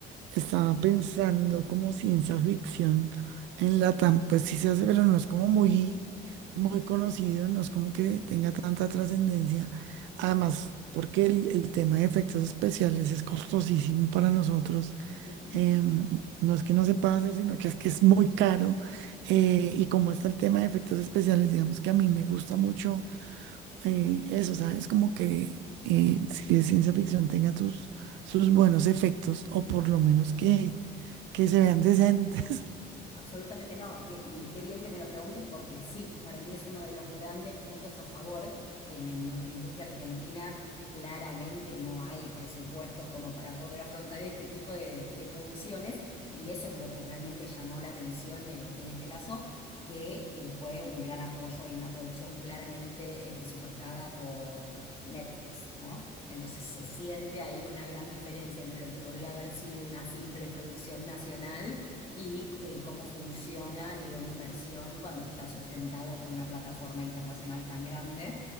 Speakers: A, on the right (about 85°); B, on the left (about 30°).
A: Estaba pensando como ciencia ficción en Latam, pues sí se hace, pero no es como muy, muy conocido, no es como que tenga tanta trascendencia. Además, porque el, el tema de efectos especiales es costosísimo para nosotros.
B: Ujú,
A: Em, no es que no se pueda hacer, sino que es que es muy caro. Eh, y como está el tema de efectos especiales, digamos que a mí me gusta mucho eh, eso, ¿sabes? Como que eh, si es ciencia ficción tenga sus, sus buenos efectos o por
B: total.
A: lo menos que, que se vean decentes.
B: Absolutamente no. que- y qué bien que me lo preguntes porque sí, para mí es uno de los grandes puntos a favor. En la- en nuestra industria argentina claramente no hay presupuestos como para poder afrontar este tipo de, de producciones y eso es lo que realmente llamó la atención eh, en este caso, que eh, fue un gran apoyo y una producción claramente eh, presupuestada por Netflix, ¿no? Entonces se siente ahí una gran diferencia entre lo que podría haber sido una simple producción nacional y eh, cómo funciona a nivel inversión cuando está sustentado por una plataforma internacional tan grande